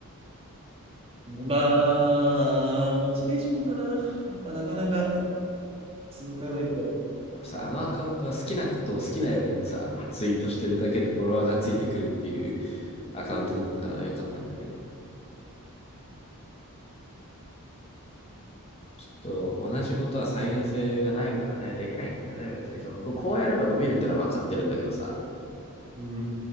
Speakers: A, on the right; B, on the left.
A: まあ、モチベーションがな、やっぱなかなか続かないと。
B: やっぱさ、あのアカウントは好きなことを好きなようにさ、ツイートしてるだけでフォロワーがついてくるっていうアカウントだったからよかったんだけど。
A: うん。
B: ちょっと同じことは再現性がないからね、できないんだよね、別に。その、こうやれば伸びるってのは分かってるんだけどさ、
A: うん。うん。う